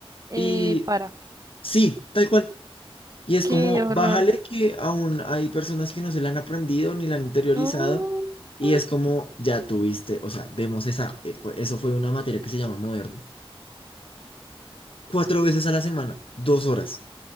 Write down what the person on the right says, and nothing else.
Eh,
para.
Qué
horror.
No,
ay,